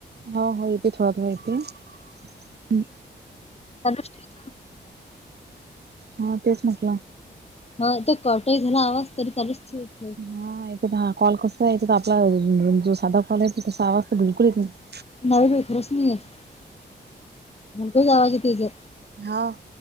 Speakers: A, on the right; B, on the left.
A: हंव हंव येते थोडां थोडां येते
B: जालूचंठि
A: हं तेचं म्हटलं
B: हां ते कंटही झालां आवांज तरी चालुचं तीचं
A: हां इथं तरं हां कॉल कसां आहे आपलां जो सांधा कॉल आहे तं तसां आवांज तरं बिलकुंल येतं नाहीं
B: हांव नं खरंच नाहीं येतं म्हणको जावांच येते जं
A: हा